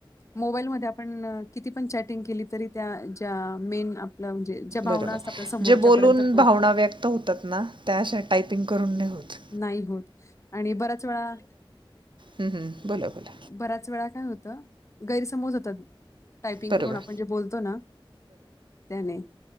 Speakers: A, on the left; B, on the right.
A: मोबाईलमध्ये आपण. किती पण चॅटिंग केली तरी त्या ज्या मेन आ आपला म्हणजे ज्या भावना
B: बरोबर.
A: असतात आपल्या समोरच्यापर्यंत
B: जे बोलून
A: पोहोच
B: भावना व्यक्त होतात ना त्या अशा टायपिंग करून नाही होत.
A: नाही होत. आणि बराच वेळा
B: हम - हम बोला -बोला.
A: बऱ्याच वेळा काय होतं? गैरसमोज होतात. टायपिंग
B: बरोबर,
A: करून आपण जे बोलतो ना त्याने.